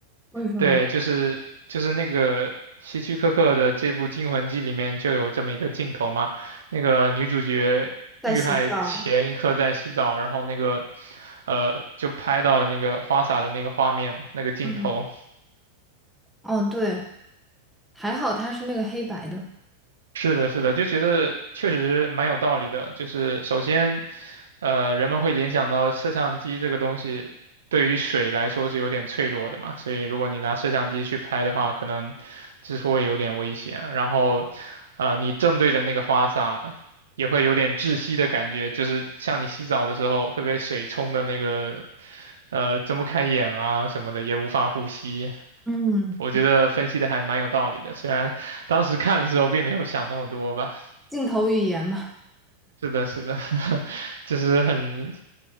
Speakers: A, in the centre; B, on the right.
A: 为什么
B: 对，就是就是那个希区柯克的这部《惊魂记》里面就有这么一个镜头嘛，那个女主角遇害前一刻在洗澡，
A: 在洗澡？
B: 然后那个呃就拍到了那个花洒的那个画面嘛，那个镜头，
A: 嗯，哦对，还好它是那个黑白的。
B: 是的，是的，就觉得确实蛮有道理的。就是首先，呃，人们会联想到摄像机这个东西对于水来说是有点脆弱的嘛，所以如果你拿摄像机去拍的话，可能就是会有点危险啊。然后，呃，你正对着那个花洒，也会有点窒息的感觉，就是像你洗澡的时候会被水冲的那个，呃，睁不开眼啊什么的，也无法呼吸。
A: 嗯，
B: 我觉得分析的还蛮有道理的，虽然当时看的时候并没有想那么多吧。
A: 镜头语言嘛。
B: 是的，是的，<laughs> 就是很